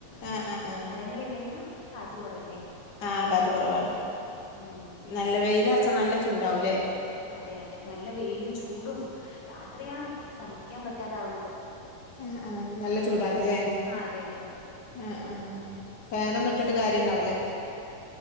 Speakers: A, on the left; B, on the left.
A: ആ ആ ആ
B: മരങ്ങളില്ലെങ്കാ കാറ്റ് കൊറവല്ലേ
A: ആ കാറ്റ് കുറവാണ്
B: ഉം
A: നല്ല വെയിലറച്ചാ നല്ല ചൂടാവൂല്ലേ
B: അതെ അതെ നല്ല വെയിലും ചൂടും രാത്രിയാണ് സഹിക്കാൻ പറ്റാതാവ്ണത്
A: ആഹ് ആഹ് നല്ല ചൂടാണ് ല്ലെ
B: ആ അതെ അതെ
A: ആഹ് ആഹ് ഫാനൊന്നും
B: ഉം
A: ഇട്ടിട്ട് കാര്യണ്ടാവൂല്ല